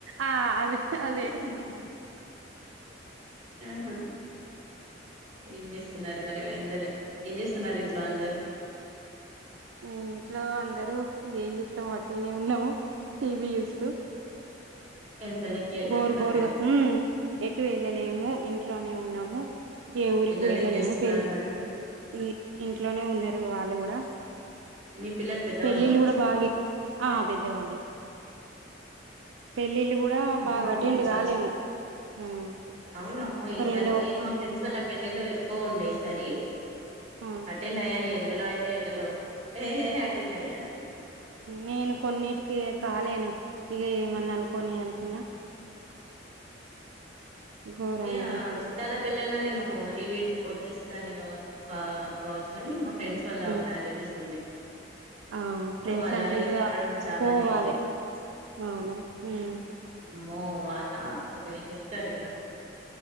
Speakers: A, on the right; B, on the right.
A: ఆ అదే అదే
B: హా ఆహా ఏం చేస్తున్నారు మరి ఇందరు ఏం చేస్తున్నారు ఇంట్లో అందరు
A: ఇంట్లో అందరుూ ఏం చేస్తాం వాట్టికనే ఉన్నాము టీవీ చూస్తూ
B: ఎండలకి ఎటు
A: బోరు
B: వెళ్తారండి
A: బోరుగా ఎటు వెళ్ళలేము ఇంట్లో నే ఉన్నాము ఏ ఊరికి
B: పిల్లలు
A: కూడా వెళ్ళలేము
B: ఏం చేస్తున్నారు
A: పెళ్ళి
B: మరి
A: ఈ ఇంట్లోనే ఉన్నారు వాళ్ళు కూడా
B: మీ పిల్లలు పెద్దవాళ్ళు
A: పెళ్ళిళ్ళు
B: కావచ్చు
A: కూడా బాగా ఆ పెద్దవాళ్ళే పెళ్ళిళ్ళు కూడా బాగా
B: మాప్ప
A: అటెండ్
B: చాలసి
A: కాలేము మ్మ్
B: అవునమ్మో
A: ఒక
B: ఈసారి
A: రెండో
B: లేదు
A: ఆ
B: మా ఫ్రెండ్స్ వాళ్ల పెళ్ళిళ ఎక్కువ ఉండే ఈ సారి
A: ఆ
B: అటెండ్ అయ్యాను ఎండలో అయితే ఎండలో ఏహే అటెండ్ అయ్యాను
A: నేను కొన్నిటికి కాలేను ఇక ఏ ఏమన్నా అనుకోని
B: మ్మ్.
A: అనుకున్నా ఘోరంగా
B: ఎ ఆ
A: ఇది
B: చుట్టాలక్ పెళ్లైనా నేను లీవిట్ వదిలేసేదాన్ని కా కావచ్చు కాని మా ఫ్రెండ్స్ వల్ల
A: ఆ
B: మ్యారేజెస్ ఉన్నాయి
A: ఆ ఫ్రెండ్స్
B: సో అలాగే
A: అంటే ఇగ
B: తిరగడం చాలానే
A: పోవాలే
B: అయింది
A: అవునా ఉమ్
B: అమ్మో వాళ్ళ అసలు ఏదిరితారీగా